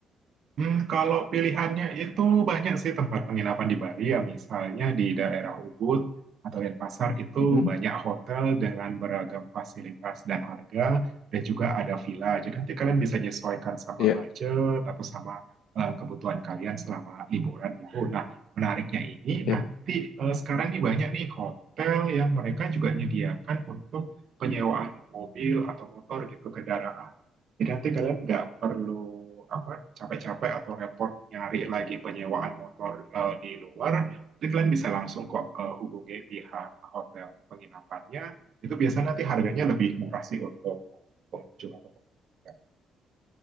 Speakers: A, on the right; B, on the left.
A: Hmm, kalau pilihannya itu banyak sih tempat penginapan di Bali ya misalnya di daerah Ubud atau Denpasar itu
B: Hmm. mm
A: banyak hotel dengan beragam fasilitas dan harga dan juga ada villa. Jadi nanti kalian bisa menyesuaikan sama
B: Ya,
A: budget atau sama eh, kebutuhan kalian selama liburan gitu. Nah, menariknya ini
B: ya.
A: nanti eh, sekarang nih banyak nih hotel yang mereka juga menyediakan untuk penyewaan mobil atau motor gitu kendaraan. Jadi nanti kalian nggak perlu apa capek-capek atau repot nyari lagi penyewaan motor eh, di luar. Jadi kalian bisa langsung kok eh, hubungi pihak hotel penginapannya. Itu biasanya nanti harganya lebih murah sih untuk pengunjung atau pengunjung.